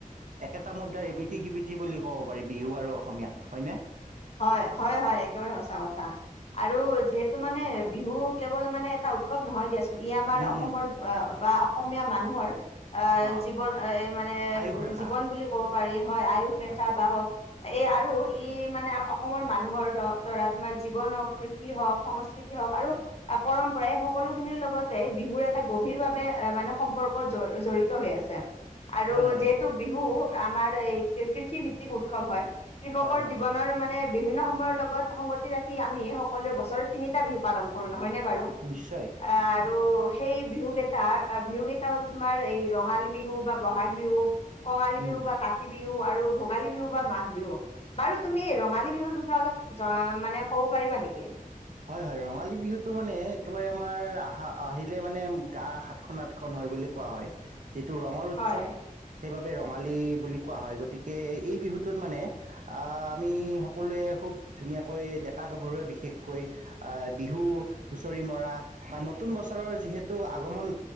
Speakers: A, on the right; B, on the left.
A: একেটা মুদ্ৰাৰ ইপিঠি সিপিঠি বুলি ক'ব পাৰি বিহু আৰু অসমীয়া। হয়নে?
B: হয় হয়- হয়, একেবাৰে সঁচা কথা। আৰু যিহেতু মানে বিহু কেৱল মানে এটা উৎসৱ নহয় দিয়াচো ই আমাৰ
A: উম
B: অসমৰ
A: উম
B: বা অসমীয়া মানুহৰ আ
A: অ
B: জীৱন এ মানে
A: আয়ুস ৰেখা
B: জীৱন বুলি ক'ব পাৰি হয় আয়ুস ৰেখা
A: হয়
B: বা হওক। এই আৰু ই মানে আ অসমৰ মানুহৰ দ ধৰা তোমাৰ জীৱন হওক, কৃষি হওক, সংস্কৃতি হওক আৰু পৰম্পৰা এই সকলোখিনিৰ লগতে বিহুৰ এটা গভীৰভাৱে মানে সম্পৰ্ক জড় জড়ি ত হৈ আছে, আৰু
A: হয় হয়
B: যিহেতু বিহু আমাৰ এই কৃষি ভিত্তিক উৎসৱ হয় কৃষকৰ
A: হয় হয়
B: জীৱনৰ মানে বিভিন্ন সময়ৰ লগত সংগতি ৰাখি আমি সকলোৱে বছৰ তিনি তা বিহু পালন কৰো নহয়নেে বাৰু আহ
A: নিশ্চয়
B: আৰু সেই বিহু কেইটা বিহু কেইটা হ'ল তোমাৰ এই ৰঙালী বিহু বা বহাগ বিহু কঙালী
A: উম
B: বিহু বা কাতি বিহু আৰু ভোগালী বিহু বা মাঘ বিহু। বাৰু তুমি ৰঙাল লী বিহুৰ বিষয়ে অলপ জ মানে ক'ব পাৰিবা নেকি?
A: হয় হয় ৰঙালী বিহুটো মানে একেবাৰে আমাৰ আহা আহিলে মানে গা সাতখন আঠখন হয় হয় বুলি কোৱা হয়, যিটো ৰঙৰ উৎসৱ
B: হয়
A: সেইবাবে ৰঙালী বুলি কোৱা হয়, গতিকে এই বিহুটোত মানে আমি সকলোৱে খুব ধুনীয়াকৈ ডেকা গাভৰুৱে বিশেষ কৈ আ বিহু হুঁচৰি মৰা বা নতুন বছৰৰ যিহেতু আগমন